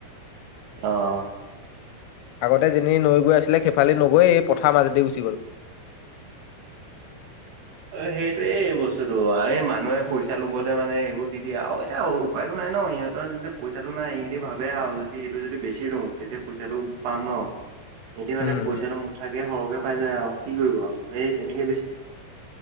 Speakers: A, on the right; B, on the left.
A: অঁ'
B: আগতে যেনি নৈ গৈ আছিলে সেইফালে নগৈ এই পথাৰ মাজেদি গুচি গ'ল।
A: অঁ সেইটোৱে এই বস্তুতোটো এই মানুহে পইচা লোভতে মানে সেইবোৰ দি দিয়ে আৰু এতিয়া অও- উপায়ো নাই ন সিহঁতৰ যেতিয়া পইচাটো নাই সিহঁতি ভাবে আৰু যদি সেইটো যদি বেছি দিওঁ, তেতিয়া পইচাটো- পাম ন? হেঁতি মানে
B: উম।
A: পইচাটো থাকে সৰহ কে পাই যায় আও কি কৰিব আও সেই তেনেকে বেছি-